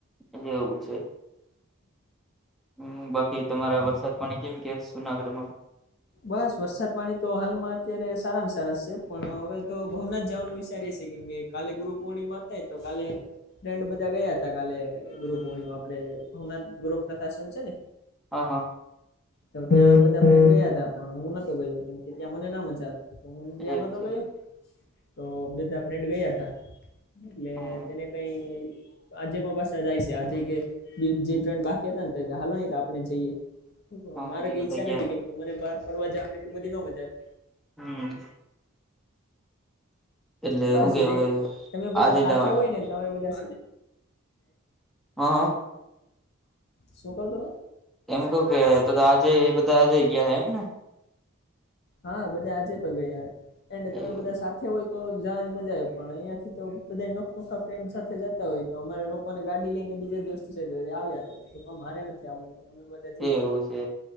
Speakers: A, in the centre; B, on the left.
A: એ એવું છે. હમ બાકી તમારા વરસાદ પાણી કેમ કે છે? જૂનાગઢમાં
B: બસ વરસાદ પાણી તો હાલમાં અત્યારે સારામાં સારા છે પણ હવે તો ભાવનાથ જવાનું વિચારી છે કેમ કે કાલે ગુરુ પૂર્ણિમા થાય તો કાલે ફ્રેન્ડ બધા ગયા હતા કાલે ગુરપૂર્ણિમા આપડે ભવનાથ ગુરુ પ્રાશાસન છે ને
A: હા હા
B: તો ત્યાં બધા ગયા હતા પણ હું નોતો ગયો કેમ કે ત્યાં મને ના મજ આવે. હું ત્યાં
A: એવું
B: નતો
A: છે
B: ગયો તો બધા ફ્રેન્ડ ગયા હતા. એટલે
A: હમ
B: તેને કઈ આજે મા પાસા જાય છે કે જે ફ્રેન્ડ બાકી હતા ને તો હાલો નહી કે આપડે જઈએ.
A: હા
B: મારે
A: તે
B: કઈ
A: બધા
B: ઈચ્છા
A: ગયા
B: નથી કેમ કે મને બાર ફરવા જવાની એટલું બધી ના મજા આવે.
A: હમ એટલે
B: બસ
A: હું કે હવે
B: એક તમે બધા
A: આજે
B: સાથે
A: જવાના
B: હોય ને તમે બધા
A: હ હ
B: શું કહો તમે?
A: એમ કવ કે તો તો આજે એ બધા આજે ગયા હે એમ ને?
B: હા બધા આજે પણ ગયા એન્ડ તમે
A: એવું
B: બધા સાથે હોય તો જવાની મજા આવે પણ અહિયાં થી તો બધા નોખ નોખા ફ્રેન્ડ સાથે જતા હોય તો અમારે લો કો ને ગાડી લઈને બીજા દોસ્ત છે તો એ આવ્યા તો હું કવ મારે નથી આવવું. તમે બધા જઈ
A: એ
B: આવો
A: એવું છે.